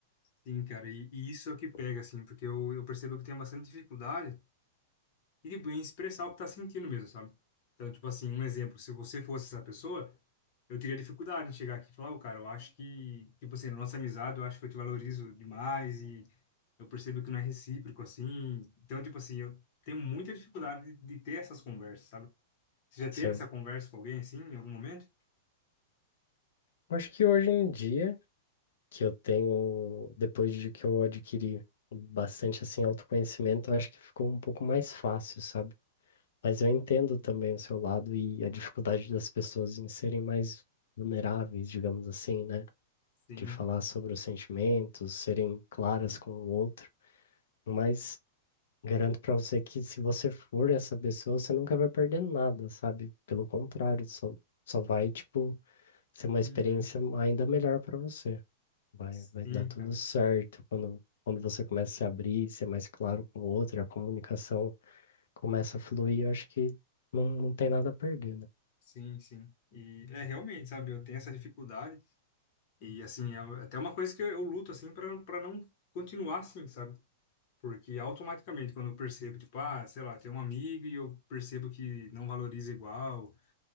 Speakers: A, on the left; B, on the left.
A: Sim, cara, e, e isso é o que pega, assim, porque eu, eu percebo que tenho bastante dificuldade e, tipo, em expressar o que tá sentindo mesmo, sabe? Então, tipo assim, um exemplo, se você fosse essa pessoa, eu teria dificuldade em chegar aqui e falar, ô, cara, eu acho que, tipo assim, na nossa amizade, eu acho que eu te valorizo demais e eu percebo que não é recíproco, assim. Então, tipo assim, eu tenho muita dificuldade de, de ter essas conversas, sabe? Você já teve
B: Sim.
A: essa conversa com alguém, assim, em algum momento?
B: Acho que hoje em dia, que eu tenho, depois de que eu adquiri bastante assim autoconhecimento, eu acho que ficou um pouco mais fácil, sabe? Mas eu entendo também o seu lado e a dificuldade das pessoas em serem mais vulneráveis, digamos assim, né?
A: Sim.
B: De falar sobre os sentimentos, serem claras com o outro. Mas garanto pra você que se você for essa pessoa, você nunca vai perder nada, sabe? Pelo contrário, só, só vai, tipo, ser uma experiência
A: Uhum.
B: ainda melhor pra você. Vai,
A: Sim,
B: vai dar tudo
A: cara.
B: certo quando, quando você começa a se abrir, ser mais claro com o outro, a comunicação começa a fluir, eu acho que não, não tem nada a perder, né?
A: Sim, sim. E é realmente, sabe, eu tenho essa dificuldade. E assim, é até uma coisa que eu, eu luto assim para para não continuar assim, sabe? Porque automaticamente quando eu percebo, tipo, ah, sei lá, tem um amigo e eu percebo que não valoriza igual.